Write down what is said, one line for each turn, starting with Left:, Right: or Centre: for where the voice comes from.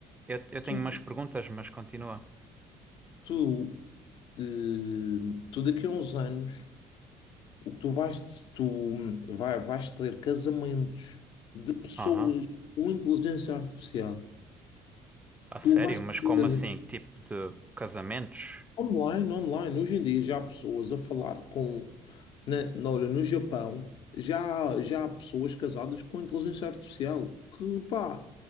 Right: Eu, eu tenho
Left: tu,
Right: umas perguntas, mas continua.
Left: tu, eh, tu daqui a uns anos, o que tu vais, tu vai, vais ter casamentos de pessoas
Right: Aham.
Left: com inteligência artificial.
Right: A sério?
Left: Tu vais
Right: Mas como
Left: ter
Right: assim? Que Tipo de casamentos?
Left: online, online, hoje em dia já há pessoas a falar com, na, na- olha, no Japão, já, já há pessoas casadas com inteligência artificial. Que pá,